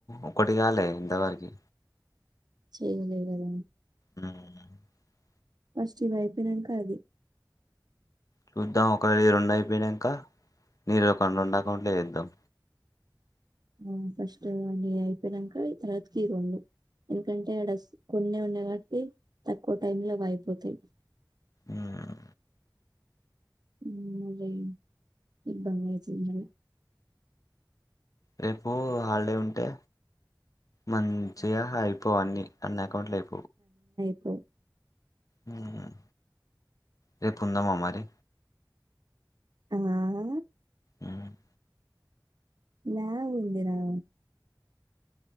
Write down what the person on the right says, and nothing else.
చేలేదెమో
ఫస్ట్ ఇవి అయిపోయినంక అదే
ఉహ్ ఆ ఫస్ట్ నిది అయిపోయినంక తరువాతకి ఈ రెండు ఎందుకంటే ఆడస్ కొన్నే ఉండే కా ఇ తక్కువ టైం లో అవి అయిపోతాయి.
ఉహ్ ఇది ఇబ్బందయితుంది
ఓహ్
ఆహ్
ల్యాబ్ ఉంది రా